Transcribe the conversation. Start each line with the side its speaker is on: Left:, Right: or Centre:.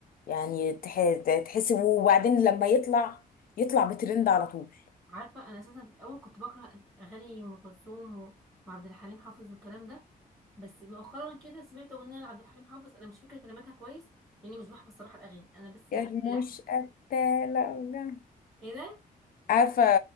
Left: يعني تح- تحس وبعدين لما يطلع يطلع بترند على طول
Right: عارفه انا اساسا في الاول كنت بكره اغاني ام كلثوم و- وعبد الحليم حافظ والكلام ده بس مؤخرا كده سمعت اغنيه لعبد الحليم حافظ انا مش فاكره كلماتها كويس لاني مش بحفظ صراحه الاغاني انا بس
Left: يا
Right: بحب اللحن
Left: مش قتالة جا-
Right: ايه ده
Left: عارفة